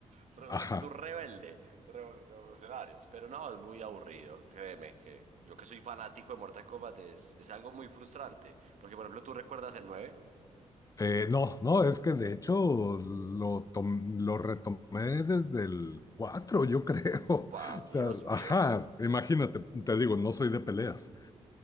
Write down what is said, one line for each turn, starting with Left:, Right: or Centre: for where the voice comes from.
Right: Re-
Left: ajá.
Right: Su actitud rebelde de revo- revolucionarios. Pero no, es muy aburrido. Créeme que yo que soy fanático de Mortal Kombat es, es algo muy frustrante. Porque, por ejemplo, tú recuerdas el nueve
Left: Eh, no, no, es que de hecho lo, tom- lo retomé desde el 4, yo creo.
Right: Upa,
Left: <laughs> O
Right: Dios
Left: sea,
Right: mío.
Left: ajá,
Right: <laughs>
Left: imagínate, te digo, no soy de peleas.